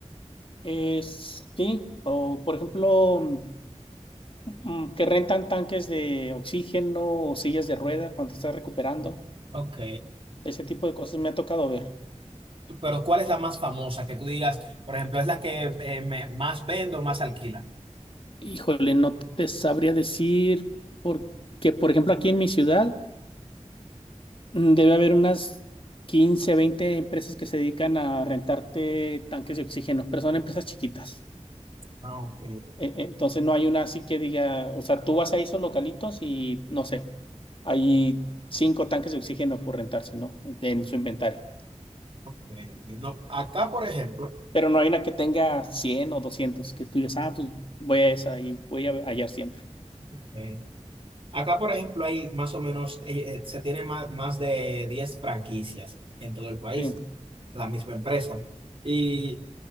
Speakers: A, on the left; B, on the right.
A: es, sí, o por ejemplo, mm, mm, que rentan tanques de oxígeno o sillas de rueda cuando estás recuperando.
B: Ok.
A: Ese tipo de cosas me ha tocado ver.
B: Pero ¿cuál es la más famosa que tú digas, por ejemplo, es la que eh, me- más vendo, más alquila?
A: Híjole, no te sabría decir porque, por ejemplo, aquí en mi ciudad mm, debe haber unas 15 20 empresas que se dedican a rentarte tanques de oxígeno, pero son empresas chiquitas.
B: Ah, ok,
A: E- e- Entonces no hay una así que diga, o sea, tú vas a esos localitos y no sé, hay cinco tanques de oxígeno por rentarse, ¿no? En, en su inventario.
B: ok, ok. No, acá, por ejemplo,
A: Pero no hay una que tenga 100 o 200 que tú digas, ah, pues voy a esa y voy a hallar siempre.
B: Eh, acá, por ejemplo, hay más o menos, eh, eh, se tiene más, más de 10 franquicias en todo el país,
A: Sí.
B: la misma empresa. Y